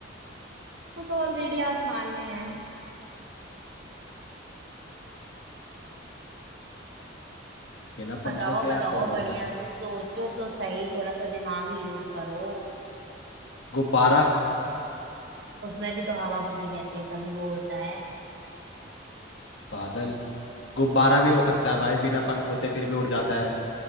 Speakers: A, on the right; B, on the left.
A: वो तो ऑलरेडी आसमान में है
B: बिना
A: बताओ
B: पंखों के यार
A: बताओ
B: कौन उड़ता
A: बढ़िया
B: है
A: से सोचो तो सही थोड़ा सा दिमाग यूज करो
B: गुब्बारा
A: उसमें भी तो हवा भरी रहती है तभी वो उड़ता है
B: बादल गुब्बारा भी हो सकता है भाई बिना पंख होते फिर भी उड़ जाता है